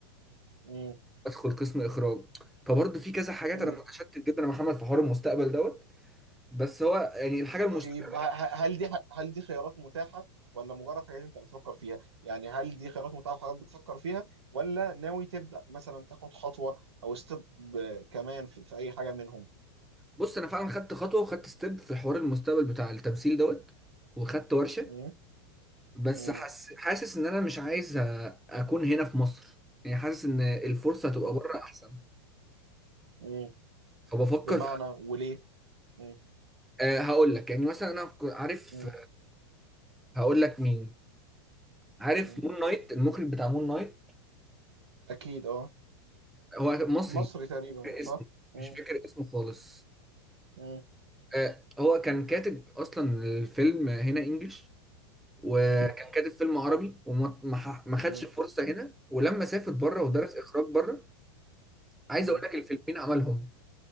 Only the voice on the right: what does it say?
مم.
مم.
طيب ه- ه- هل دي ح- هل دي خيارات متاحة ولا مجرد حاجات أنت بتفكر فيها؟ يعني هل دي خيارات متاحة وحاجات بتفكر فيها ولا ناوي تبدأ مثلا تاخد خطوة أو ستيب كمان في, في أي حاجة منهم؟
مم.
مم.
مم.
مم.
بمعنى
وليه؟ مم.
مم.
مم.
أكيد أه
مصري تقريبا
صح؟
مم.
مم.
مم.
مم.
مم.
مم.